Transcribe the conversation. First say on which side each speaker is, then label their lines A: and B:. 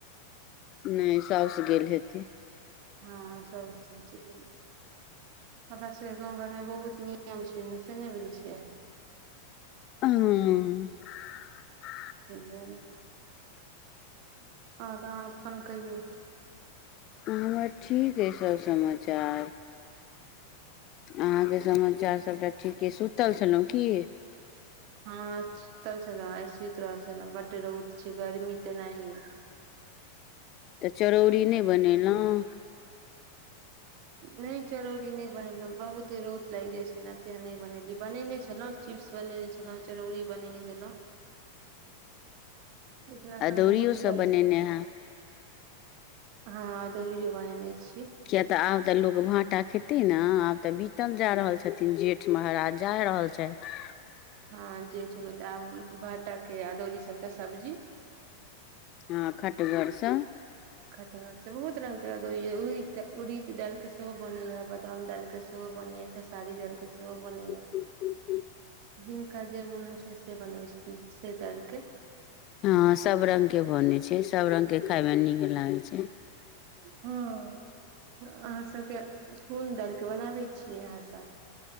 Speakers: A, on the left; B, on the right.
A: नइ साउस गेल हेती
B: हँ सब छै ठीक हमरा सबके गाँव रैबो के थोरे के उ छै से नहि बुझै छियै
A: हूंअ् <unintelligible>
B: खेलें हँ तहन फोन केलियौ
A: हमर ठीक अइ सभ समाचार अहाँके समाचार सभटा ठीके सुतल छलहुँ की
B: हँ सुतल छलहु आइ सुति रहल छलहूॅं बड्ड रऽउद छै गर्मी तनाहिये
A: तऽ चरौरी
B: नहि
A: नइ बनेलौं
B: नहि चरौड़ी नहि बनेलहुँ बहुत रौद लागि जाइत छै तें नहि बनेलियै बनेने छलहुँ चिप्स बनेने छलौं चरौड़ी बनेने छलौं लेकिन एखन
A: अदौड़ियो
B: बहुत
A: सब
B: ग
A: बनेने हैब
B: हँ है अदौड़ियो बनेने छी
A: किया तऽ आब तऽ लोग भाटा खेतै न आब तऽ बीतल जा रहल छथिन जेठ महाराज जा रहल छथि
B: हँ जे छै बताब भटा के अदौरी सबके सब्जी
A: हँ खटगरसँ
B: खटगर से बहुत रंग के अदौरी य उड़िद उड़िद डाल के सेहो बनैया बादाम दालिक के सेहो सेहो बनैया खेसारी दाइल के सेहो बनैया
A: ठ ह <inaudible>
B: जिनका जे मोन होइ छैन से बनबे छथिन से दाइल के
A: हँ सभ रंग के बनैत छै सभ रंगके खायमे नीक लागैत छै
B: हं अहाँ सबके कून दाल के बनाबै छीयै अहाँ सब